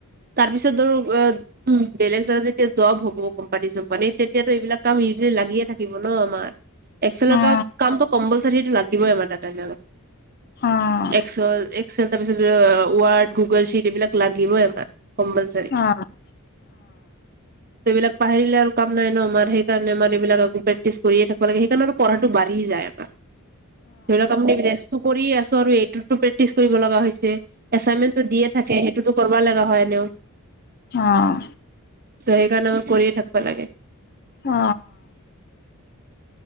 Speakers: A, on the right (about 40°); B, on the left (about 45°).
A: তাৰ পিছত ধৰক এ বেলেগ জাগা যেতিয়া ভব হ'ব কোম্পানী চোম্পানী তেতিয়াাতো এইবিলাক কাম ইউজিলি লাগিয়ে থাক থাকিব ন আমাৰ। এক্সেলটত
B: অ
A: কাম কম্পলচ- সেইটো লাগিবই আমাৰ তাত তাৰ নিচিনা ওলাইছে
B: অ অ
A: এক্সল এক্সেল তাৰ পিছতে অঅ ৱাৰ্ড, গুগল শ্বিট এইবিলাক লাগিবই আমাৰ কম্পলচাৰি
B: সেইটোৱেটো
A: এইবিলাক পাহৰিলে আৰু কাম নাই ন আমাৰ সেইকাৰণে আমাৰ এইবিলাক আকৌ প্ৰেক্টি কৰিে থাকব লাগে সেইকাৰণে পঢ়াটো যায় আমাৰ। ধৰি লওক আপুনি ৰেস্তো কৰিয়ে আছো। এইটোতো প্ৰেক্টিচ কৰিব লগা হৈছে। এচাইনমেটটো দিয় থাকে সেইটোতো কৰিব লগা হয় এনেও
B: আহ
A: ত সেইকাৰণে আমাৰ কৰিয়ে থাকিবা লাগে
B: অ